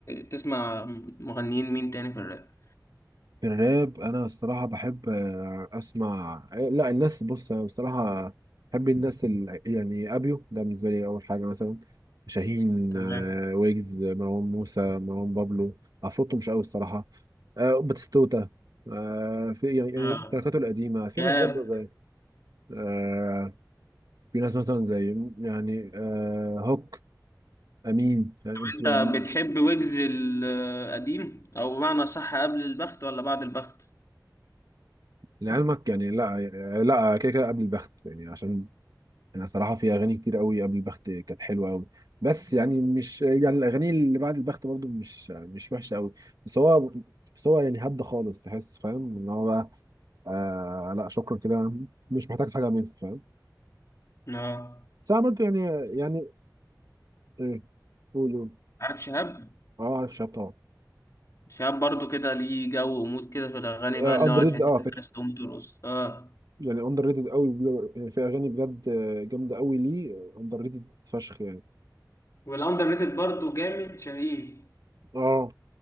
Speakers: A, on the left; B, on the right.
A: تسمع مغنيين مين تاني في الراب
B: الراب انا الصراحه بحب آه، اسمع آه، لا الناس بص انا بصراحه بحب الناس ال... يعني ابيو ده بالنسبه لي اول حاجه مثلا شاهين
A: تمام
B: آه، ويجز مروان موسى مروان بابلو عفروتو مش قوي الصراحه آه، باتيستوتا آه، في يعني يعني
A: آه،
B: تركاته القديمه في
A: شهاب
B: ناس برضه زي آه، في ناس مثلا زي يعني آه، هوك امين يعني، ام سي
A: انت
B: امين
A: بتحب ويجز القديم او بمعنى صح قبل البخت ولا بعد البخت
B: لعلمك يعني لا آه، لا كده كده قبل البخت يعني عشان انا صراحه في اغاني كتير قوي قبل البخت كانت حلوه قوي بس يعني مش يعني الاغاني اللي بعد البخت برضو مش مش وحشه قوي بس هو بس هو يعني هدى خالص تحس فاهم ان هو بقى آه لا شكرا كده مش محتاج حاجه منك فاهم
A: اه
B: بس انا برضو يعني يعني آه، قول قول
A: عارف شهاب
B: اه عارف شاب طبعا
A: شهاب برضو كده ليه جو ومود كده في الاغاني
B: اندر
A: بقى اللي هو
B: ريتد
A: تحس
B: اه underrated أوي على
A: انك
B: فكره
A: عايز تقوم ترقص اه
B: يعني اندر ريتد قوي بجد- يعني في اغاني بجد آه، جامده قوي ليه اندر ريتد فشخ يعني
A: والاندر ريتد برضه جامد شاهين
B: اه